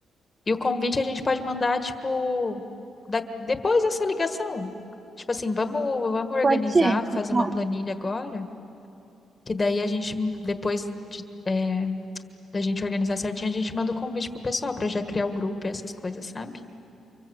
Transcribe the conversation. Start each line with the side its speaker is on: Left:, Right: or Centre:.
Left: E o convite a gente pode mandar, tipo, da- depois dessa ligação. Tipo assim, vamos, vamos organizar,
Right: pode ser.
Left: fazer
Right: Tá.
Left: uma planilha agora, que daí a gente, depois de- é, da gente organizar certinho, a gente manda o convite pro pessoal pra já criar o grupo e essas coisas, sabe?